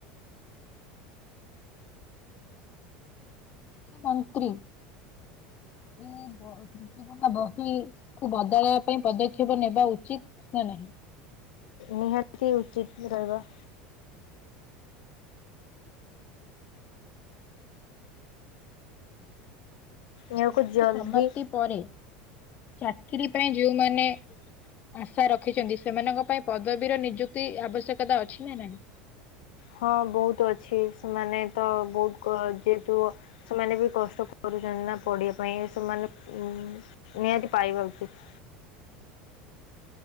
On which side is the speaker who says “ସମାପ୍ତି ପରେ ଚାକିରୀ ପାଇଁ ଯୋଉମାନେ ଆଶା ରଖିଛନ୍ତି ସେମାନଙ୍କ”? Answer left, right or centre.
Left